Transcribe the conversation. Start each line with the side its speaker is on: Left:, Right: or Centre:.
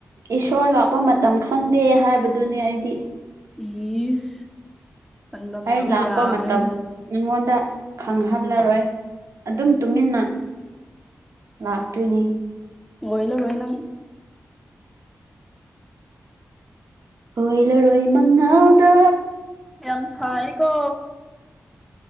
Right: ꯏꯁꯣꯔ ꯂꯥꯛꯄ ꯃꯇꯝ ꯈꯪꯗꯦ ꯍꯥꯏꯕꯗꯨꯅꯦ ꯑꯩꯗꯤ
Centre: ꯏꯁ ꯆꯥꯡꯗꯝꯅꯕ
Right: ꯑꯩ ꯂꯥꯛꯄ
Centre: ꯌꯥꯕ꯭ꯔꯅꯦ
Right: ꯃꯇꯝ ꯅꯉꯣꯟꯗ ꯈꯪꯍꯜꯂꯔꯣꯏ ꯑꯗꯨꯝ ꯇꯨꯃꯤꯟꯅ ꯂꯥꯛꯇꯣꯏꯅꯤ
Centre: ꯑꯣꯏꯂꯔꯣꯏ ꯅꯪ
Right: ꯑꯣꯏꯂꯔꯣꯏ ꯃꯉꯥꯥꯜꯗ
Centre: ꯌꯥꯝ ꯁꯥꯏꯀꯣ